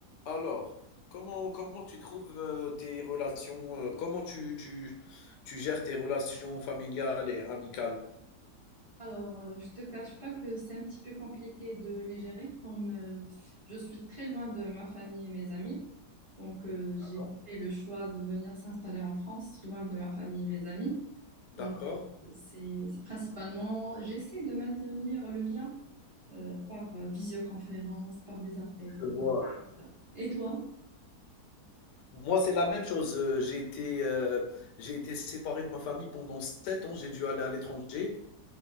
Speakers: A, on the left; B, on the right.
A: Alors, comment, comment tu trouves euh, tes relations, euh, comment tu, tu, tu gères tes relations familiales et amicales?
B: Alors, euh, je te cache pas que c'est un petit peu compliqué de les gérer, comme euh, je suis très loin de ma famille et mes amis. Donc, euh, j'ai
A: D'accord.
B: fait le choix de venir s'installer en France, loin de ma famille et mes amis. Donc,
A: D'accord?
B: euh, c'est c'est principalement, j'essaie de maintenir le lien euh, par euh, visioconférence, par des appels.
A: Je vois.
B: Et toi?
A: Moi, c'est la même chose. Euh, J'ai été, euh, j'ai été séparé de ma famille pendant sept ans. J'ai dû aller à l'étranger.